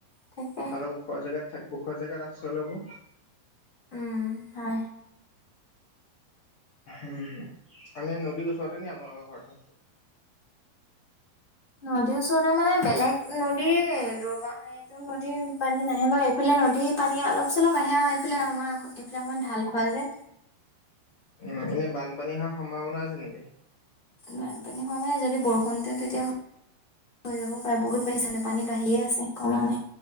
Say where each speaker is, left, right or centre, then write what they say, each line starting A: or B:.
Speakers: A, on the left; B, on the left.
A: তাকে
B: অলপ ওখৰ জেগাত থাক ওখৰ জেগাত আশ্ৰয় লব
A: উম হয়
B: উ মান নদীৰ ওচৰতে নি আপোনালোকৰ ঘৰটো
A: নদীৰ ওচৰতে মানে বেলেগ নদী দৰবা এইটো নদীৰ পানী নাহে বা এইফালে নদীৰ পানী অলপ চলপ আহে সেইফালে আমাৰ এইফালে অকণমান ঢাল খোৱা যে
B: উ এনে বানপানী হোৱা সম্ভাৱনা আছে নেকি
A: বানপানী হোৱা মানে যদি বৰষুণটো দিয়ে তেতিয়া হৈ যাবও পাৰে বহুত বাঢ়িছ নে পানী বাঢ়িয়ে আছে কমা নাই